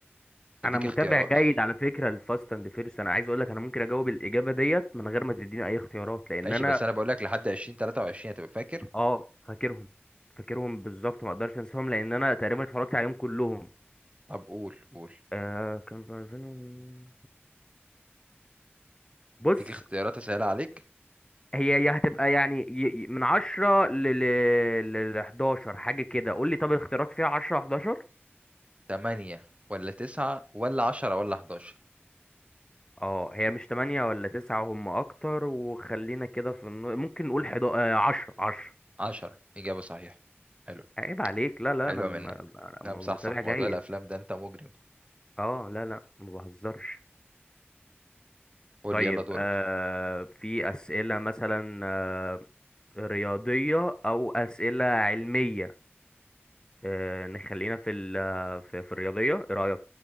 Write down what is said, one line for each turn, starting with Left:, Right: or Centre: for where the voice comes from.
Right: اديك
Left: أنا متابع
Right: اختيارات
Left: جيد على فكرة لفاست أند فيرست أنا عايز أقول لك أنا ممكن أجاوب الإجابة ديت من غير ما تديني أي اختيارات لأن
Right: ماشي
Left: أنا
Right: بس انا بقول لك لحد 2023 هتبقى فاكر
Left: أه فاكرهم فاكرهم بالظبط ما أقدرش أنساهم لأن أنا تقريبا اتفرجت عليهم كلهم
Right: طب قول قول
Left: آه كان في 2000 بص
Right: اديك اختيارات اسهل عليك
Left: هي هي هتبقى يعني ي- ي- من 10 ل ل ل 11 حاجة كده قول لي طب الاختيارات فيها 10 11
Right: 8 ولا 9 ولا 10 ولا 11
Left: اه هي مش تمانية ولا تسعة هم اكتر وخلينا كده في النو... ممكن نقول حدا آه، عشرة عشرة
Right: 10 اجابه صحيحه حلو
Left: عيب عليك لا لا
Right: حلوه
Left: انا, م...
Right: منك
Left: أنا م-
Right: نعم صح
Left: متابع
Right: صح
Left: جيد
Right: موضوع الافلام ده انت مجرم
Left: اه لا لا ما بهزرش
Right: قول
Left: طيب
Right: لي يلا دورك
Left: آه في اسئلة مثلا آه رياضية او اسئلة علمية آه نخلينا في ال... آه، في, في الرياضية ايه رأيك